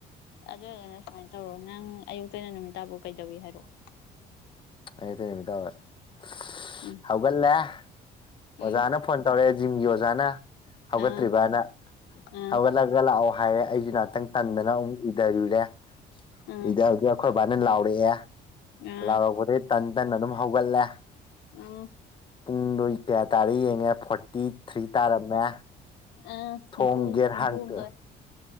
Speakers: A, on the left (about 80°); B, on the left (about 30°).
A: ꯑꯗꯨꯒꯅ ꯁꯨꯃꯥꯏ ꯇꯧꯔꯣ ꯅꯪ ꯑꯌꯨꯛꯇꯩꯅ ꯅꯨꯃꯤ ꯇꯥꯐꯥꯎ ꯀꯩꯗꯧꯏ ꯍꯥꯏꯔꯛꯑꯣ꯫
B: <unintelligible>
A: ꯎꯝ
B: ꯍꯧꯒꯠꯂꯦ ꯑꯣꯖꯥꯅ
A: ꯎꯝ
B: ꯐꯣꯟ ꯇꯧꯔꯛꯑꯦ ꯖꯤꯝꯒꯤ ꯑꯣꯖꯥꯅ ꯍꯧꯒꯠꯇ꯭ꯔꯤꯕꯅ
A: ꯑꯥ ꯑꯥ
B: ꯍꯧꯒꯠꯂ ꯂꯥꯛꯑꯣ ꯍꯥꯏꯔꯦ ꯑꯩꯖꯨ ꯉꯥꯏꯍꯥꯛꯇꯪ ꯇꯟꯗꯅ
A: ꯎꯝ
B: ꯑꯃꯨꯛ ꯎꯏꯗꯔꯨꯔꯦ
A: ꯎꯝ
B: ꯎꯏꯗꯕ ꯑꯈꯣꯏ ꯕꯥꯥꯅ ꯂꯥꯎꯔꯛꯑꯦ
A: ꯑꯥ
B: ꯂꯥꯎꯔꯛꯄꯗꯩꯇꯟ ꯇꯟ ꯇꯟꯅ ꯑꯗꯨꯝ ꯍꯧꯒꯠꯂꯦ꯫
A: ꯎꯝ
B: ꯄꯨꯡꯗꯣ ꯀꯌꯥ ꯇꯥꯔꯦ ꯌꯦꯡꯉꯦ ꯐꯣꯔꯇꯤ ꯊ꯭ꯔꯤ ꯇꯥꯔꯝꯃꯦ꯫
A: ꯑ
B: ꯊꯣꯡ
A: ꯅꯤꯐꯨ
B: ꯒꯦꯠ
A: ꯅꯤꯝꯐꯨꯗꯣꯏ
B: ꯍꯥꯡꯇꯣꯛꯑꯦ